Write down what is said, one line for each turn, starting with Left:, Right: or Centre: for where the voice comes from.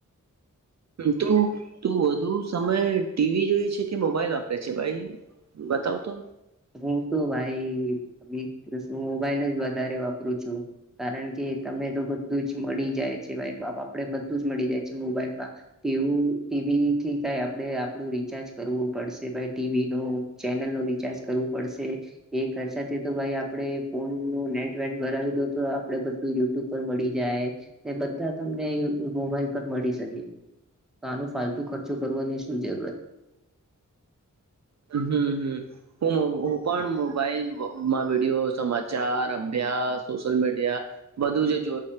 Right: તું તું વધુ સમય ટીવી જોઈ છે કે મોબાઈલ વાપરે છે ભાઈ. બતાવ તો
Centre: હું તો ભાઈ વી દિવસ મોબાઈલ જ વધારે વાપરું છું. કારણ કે તમે તો બધું જ મળી જાય છે ભાઈ આપડ બધું જ મળી જાય છે મોબાઈલમાં ટીવું ટીવી થી કઈ આપણે આપડું રીચાર્જ કરવું પડશે ભાઈ ટીવી ન ચેનલ નું રિચાર્જ કરવું પડશે. એ ખર્ચાથી તો ભાઈ આપડે ફોન નું નેટ વટ ભરાવીલો તો આપડે બધું. તું પર મળી જાય બધા તમને મોબાઈલ પર મળી શકે. તો આનો ફાલતુ ખર્ચો કરવાની શું જરૂરત.
Right: હમ હમ. હું હું પણ મોબાઈલમાં વિડીયો સમાચાર અભ્યાસ સોશયલ મીડિયા બધું જ જો